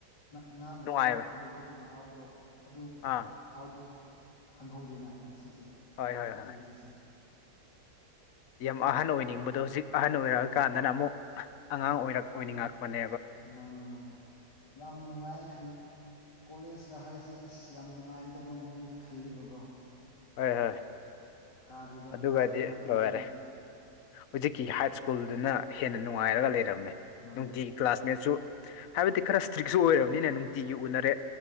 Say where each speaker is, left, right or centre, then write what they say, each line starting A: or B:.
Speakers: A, on the left (about 80°); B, on the left (about 60°).
A: ꯑꯉꯥꯡ ꯃꯇꯝꯗ
B: ꯅꯨꯡꯉꯥꯏꯕ
A: ꯈꯜꯂꯨꯕꯒꯤ ꯃꯍꯥꯎꯗꯣ ꯑꯗꯨ
B: ꯑꯥ
A: ꯐꯎꯗꯤ ꯐꯪꯍꯧꯗꯦꯅ ꯉꯁꯤꯁꯦ
B: ꯍꯣꯏ ꯍꯣꯏ
A: ꯍꯧꯖꯤꯛ
B: ꯍꯣꯏ
A: ꯍꯧꯖꯤꯛꯁꯦ
B: ꯌꯥꯝ ꯑꯍꯟ ꯑꯣꯏꯅꯤꯡꯕꯗꯣ ꯍꯧꯖꯤꯛ ꯑꯍꯟ ꯑꯣꯏꯔꯛꯑꯀꯥꯟꯗꯅ ꯑꯃꯨꯛ ꯑꯉꯥꯡ ꯑꯣꯏꯔꯛ ꯑꯣꯏꯅꯤꯡꯉꯛꯄꯅꯦ
A: ꯃꯥꯅꯦ ꯃꯥꯅꯦ ꯌꯥꯝ ꯅꯨꯡꯉꯥꯏ ꯈꯜ ꯀꯣꯂꯦꯖꯀ ꯍꯥꯏꯁꯦ ꯑꯁ ꯌꯥꯝ ꯅꯨꯡꯉꯥꯏꯒꯗꯕ ꯃꯑꯣꯡꯗ ꯈꯜꯂꯦꯕꯀꯣ
B: ꯍꯣꯏ ꯍꯣꯏ
A: ꯀꯥꯗ꯭ꯔꯤꯕ
B: ꯑꯗꯨꯒꯗꯤ
A: ꯀꯥꯗ꯭ꯔꯤꯕ ꯃꯇꯝꯗꯗꯤ
B: ꯂꯣꯏꯔꯦ ꯍꯧꯖꯤꯛꯀꯤ ꯍꯥꯏ ꯁ꯭ꯀꯨꯜꯗꯨꯅ ꯍꯦꯟꯅ ꯅꯨꯡꯉꯥꯏꯔꯒ ꯂꯩꯔꯝꯃꯦ
A: ꯃꯥꯅꯦ
B: ꯅꯨꯡꯇꯤꯒꯤ ꯀ꯭ꯂꯥꯁꯃꯦꯠꯁꯨ ꯍꯥꯏꯕꯗꯤ ꯈꯔ ꯏꯁꯇ꯭ꯔꯤꯛꯁꯨ ꯑꯣꯏꯔꯕꯅꯤꯅ ꯅꯨꯡꯇꯤꯒꯤ ꯎꯅꯔꯦ